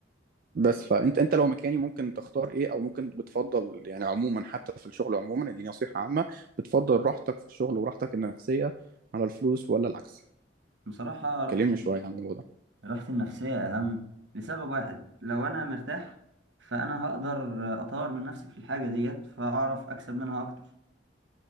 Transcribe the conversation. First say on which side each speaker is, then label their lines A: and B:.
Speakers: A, on the right; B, on the right.
A: بس فانت انت لو مكاني ممكن تختار ايه او ممكن بتفضل يعني عموما حتى في الشغل عموما دي نصيحه عامه بتفضل راحتك في الشغل وراحتك النفسيه على الفلوس ولا العكس
B: بصراحة رحت
A: كلمني شويه عن الموضوع ده
B: راحتي النفسية أهم لسبب واحد لو أنا مرتاح فأنا هقدر أطور من نفسي في الحاجة ديت فأعرف أكسب منها أكتر